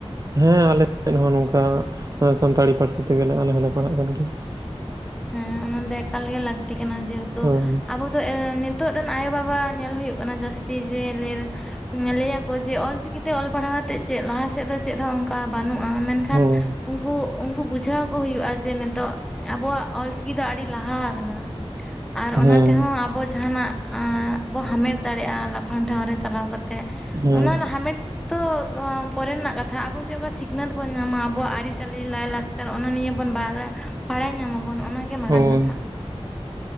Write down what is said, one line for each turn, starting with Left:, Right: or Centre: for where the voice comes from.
Right: ᱦᱮᱸ ᱟᱞᱮ ᱥᱮᱫ ᱦᱚᱸ ᱱᱚᱝᱠᱟ ᱥᱟᱱᱛᱟᱲᱤ ᱯᱟᱹᱨᱥᱤ ᱛᱮ ᱜᱮ ᱞᱮ ᱟᱞᱮ ᱦᱚᱸᱞᱮ ᱯᱟᱲᱦᱟᱜ ᱠᱟᱱ ᱜᱮᱭᱟ ᱾
Centre: ᱦᱮᱸ ᱚᱱᱟ ᱫᱚ ᱮᱠᱟᱞ ᱜᱮ ᱞᱟᱹᱠᱛᱤ ᱠᱟᱱᱟ ᱡᱮᱦᱮᱛᱩ
Right: ᱦᱳᱭ
Centre: ᱟᱵᱚ <unintelligible> ᱱᱤᱛᱚᱜ ᱨᱮᱱ ᱟᱭᱳᱼᱵᱟᱵᱟ ᱧᱮᱞ ᱦᱩᱭᱩᱜ ᱠᱟᱱᱟ ᱡᱟᱹᱥᱛᱤ ᱡᱮ <unintelligible> ᱞᱟᱹᱭᱟ ᱠᱚ ᱡᱮ ᱚᱞᱪᱤᱠᱤ ᱛᱮ ᱚᱞ ᱯᱟᱲᱦᱟᱣ ᱠᱟᱛᱮᱜ ᱪᱮᱫ ᱞᱟᱦᱟ ᱥᱮᱫ ᱫᱚ ᱪᱮᱫ ᱦᱚᱸ ᱚᱱᱠᱟ ᱵᱟᱹᱱᱩᱜ ᱢᱮᱱ ᱠᱷᱟᱱ
Right: ᱦᱳᱭ
Centre: ᱩᱱᱠᱩ ᱩᱱᱠᱩ ᱵᱩᱡᱷᱟᱹᱣ ᱠᱚ ᱦᱩᱭᱩᱜᱼᱟ ᱡᱮ ᱱᱤᱛᱚᱜ ᱟᱵᱚᱣᱟᱜ ᱚᱞᱪᱤᱠᱤ ᱫᱚ ᱟᱹᱰᱤ ᱞᱟᱦᱟ ᱟᱠᱟᱱᱟ ᱟᱨ
Right: ᱦᱮᱸ
Centre: ᱚᱱᱟ ᱛᱮ ᱦᱚᱸ ᱟᱵᱚ ᱡᱟᱦᱟᱸᱱᱟᱜᱼᱼ ᱵᱚ ᱦᱟᱢᱮᱴ ᱫᱟᱲᱮᱭᱟᱜᱼᱟ ᱞᱟᱯᱷᱟᱝ ᱴᱷᱟᱶ ᱨᱮ ᱪᱟᱞᱟᱣ ᱠᱟᱛᱮᱫ
Right: ᱦᱮᱸ
Centre: ᱚᱱᱟ ᱦᱟᱢᱮᱴ ᱫᱚ ᱯᱚᱨᱮ ᱨᱮᱱᱟᱜ ᱠᱟᱛᱷᱟ, ᱟᱵᱚ ᱪᱮᱫᱠᱟ ᱥᱤᱠᱷᱱᱟᱹᱛ ᱵᱚᱱ ᱧᱟᱢᱟ ᱟᱵᱚᱣᱟᱜ ᱟᱹᱨᱤᱪᱟᱹᱞᱤ ᱞᱟᱹᱭᱞᱟᱠᱪᱟᱨ ᱾ <unintelligible> ᱱᱤᱭᱟᱹ ᱵᱚᱱ ᱵᱟᱲ ᱵᱟᱲᱟᱭ ᱧᱟᱢᱟᱵᱚᱱ ᱚᱱᱟ ᱜᱮ ᱢᱟᱨᱟᱝ
Right: ᱦᱳᱭ
Centre: ᱠᱟᱛᱷᱟ ᱾